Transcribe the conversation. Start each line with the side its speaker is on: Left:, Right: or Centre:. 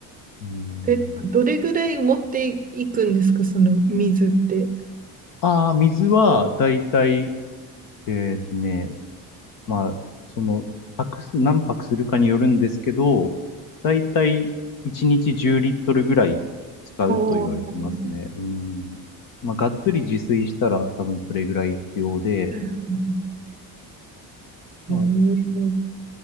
Left: うーん。
Right: え、どれぐらい持っていくんですか、その水って。
Left: ああ、水は、だいたい、えーっとね、まあ、その、泊す、何泊するかによるんですけど、だいたい1日10リットルぐらい使うと言われてますね。
Right: ああ、はい
Left: うん。まあ、がっつり自炊したら多分それぐらい必要で、
Right: はい
Left: まあ、
Right: うーん。
Left: だ